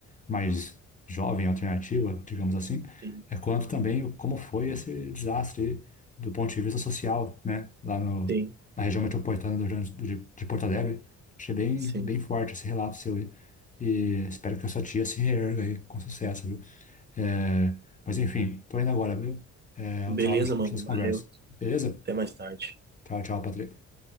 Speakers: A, on the left (about 25°); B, on the right (about 35°).
A: mais jovem, alternativa, digamos assim,
B: sim,
A: é, quanto também o- como foi esse desastre aí, do ponto de vista social, né, lá no,
B: sim,
A: na região metropolitana do Rio Grande do- de, de Porto Alegre. Achei bem,
B: sim.
A: bem forte esse relato seu aí. E espero que a sua tia se reerga aí com sucesso, viu? É, mas enfim, tô indo agora, viu? É,
B: Beleza,
A: o trabalho a gente
B: mano.
A: continua essa
B: Valeu.
A: conversa. Beleza?
B: Até mais tarde.
A: Tchau, tchau, Patrick.